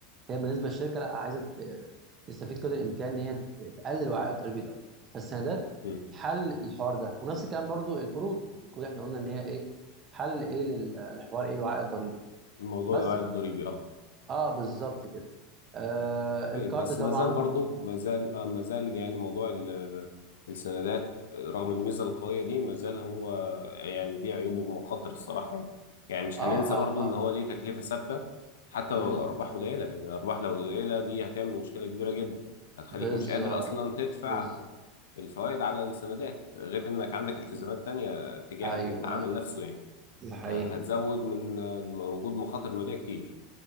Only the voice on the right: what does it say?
هي بالنسبه للشركه لا عايزه ت- تستفيد قدر الامكان ان هي تقلل وعاء الضريبي دوت فالسندات
حل الحوار ده ونفس الكلام برضو القروض القروض احنا قلنا ان هي ايه حل ايه لل- للحوار ايه الوعاء الضريبي
بس
اه بالظبط كده آه
الكارد
طبعا
اه
اه
اه
امم
بالظبط
بالظبط
ايوه
ايوه
ده حقيقي